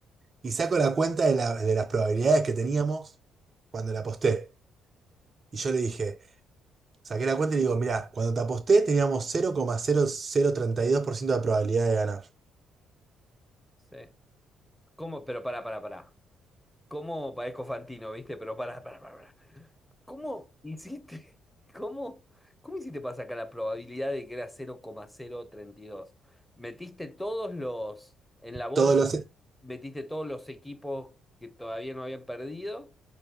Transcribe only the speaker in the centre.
<laughs> Sí. ¿Cómo? Pero pará, pará, pará. ¿Cómo parezco Fantino, viste? Pero pará, pará, pará. pará. ¿Cómo hiciste? <laughs> ¿Cómo? ¿Cómo hiciste para sacar la probabilidad de que era cero cero coma cero treinta y dos. ¿Metiste todos los en la bolsa?
¿Metiste todos los equipos que todavía no habían perdido?